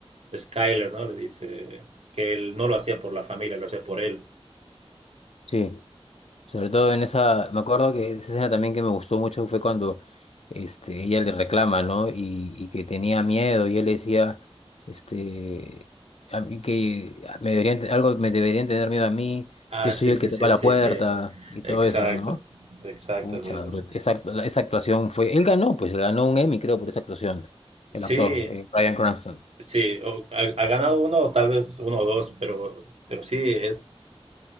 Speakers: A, on the right; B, on the left.
A: de Skyler, ¿no? Le dice que él no lo hacía por la familia, lo hacía por él.
B: sí. Sobre todo en esa, me acuerdo que esa escena también que me gustó mucho fue cuando este, ella le reclama, ¿no? Y, y que tenía miedo y él le decía, este, a mí que me deberían, algo me deberían tener miedo a mí,
A: Ah,
B: yo soy
A: sí,
B: el
A: sí,
B: que
A: sí,
B: toca la
A: sí,
B: puerta
A: sí.
B: y todo
A: Exacto,
B: eso, ¿no?
A: exacto,
B: Pucha,
A: le dice.
B: bro,
A: ¿no?
B: esa, act- la- esa actuación fue, él ganó, pues ganó un Emmy, creo, por esa actuación, el
A: Sí,
B: actor, eh, Bryan Cranston.
A: Sí, o- ha, ha ganado uno o tal vez uno o dos, pero, pero sí, es,